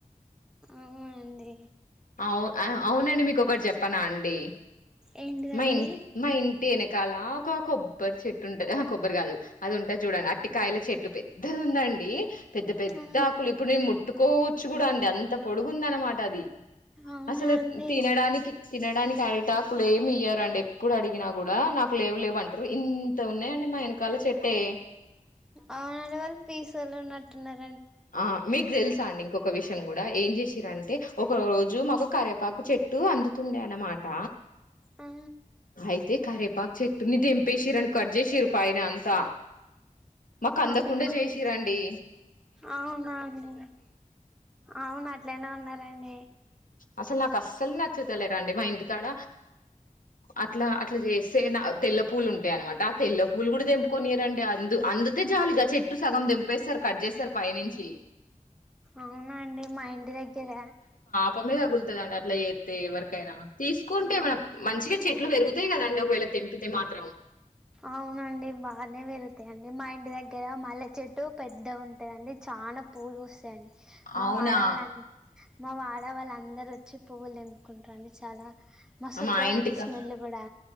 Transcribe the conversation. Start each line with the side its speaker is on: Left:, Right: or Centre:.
Centre: అవునండి
Left: అవు అ అవునండి మీకు ఓక్ ఒకటి చెప్పనా అండి
Centre: ఏంటిదండి
Left: మైంట్ మ ఇం తనకాల ఒక కొబ్బరి చెట్టు ఉంటది ఆ కొబ్బరి కాదు అది ఉంటది చూడండి అట్టికాయల చెట్టు పెద్దది ఉందండి పెద్ద పెద్ద
Centre: ఆ
Left: ఆకులు ఇప్పుడు నేను ము పట్టుకోవచ్చు కూడా అండి అంత పొడుగుంద అనమాట అది
Centre: అవునా
Left: అసలు
Centre: అండి
Left: తినడానికి తినడానికి క్యారీటాకులు ఏమి ఇయ్యారండి ఎప్పుడు అడిగినా కూడా నాకు లేవు లేవ అంటారు ఇంత ఉన్నాయంండి మా వెనకాల చెట్టే
Centre: అవునండి వాళ్ళు పీసొలు ఉన్నట్టున్నరు
Left: ఆ మీగ తెల్స్ అండి ఇంకొక విషయం కూడా ఏం చేసిరంటే ఒక రోజు మాకు కరేపాకు చెట్టు అందుతుండే అనమాట
Centre: ఆ
Left: అయితే కరేపాక చెట్టుని దంపేసిరని కట్ చేసిరు పైన అంత మాకు అందకుండా
Centre: అవునండి
Left: చేసి రండి
Centre: అవునా అండీ అవును అట్లనే ఉన్నరండి
Left: అసలు నాకు అస్సలు నచ్చుతలేరాండి మా ఇంటికాడ అట్లా అట్లా చేస్తే నా తెల్ల పూలు ఉంటాయి అనమాట ఆ తెల్ల పూలు కూడా ద తెంపుకొని రండి అందు అందుతే జాలీగా చెట్టు సగం దంపేస్తారు కట్ చేస్తారు పై నించి
Centre: అవునా అండి మా ఇంటి దగ్గర
Left: ప్పమే తగులుతందండి అట్లా ఏతే ఎవరికైనా తీసుకుంటే
Centre: అవును
Left: మన మంచిగా చెట్లు పెరుగు అంతే కదాండ కోయలా తెంపితే మాత్రం
Centre: అవునండి బాగానే వెలుతు అంతే అండి మా ఇంటి దగ్గర మల్ల చెట్టు పెద్ద ఉంటందండి చాలా పూలు వస్తాయండి మా
Left: అవునా
Centre: వాడవాళ్ళ మా వాడ వాళ్ళ అందరు వచ్చి పువ్వులు తెంపుకుంటారండి చాలా మస్తోత్తదండి
Left: మా ఇంటికా
Centre: స్మెల్ కూడా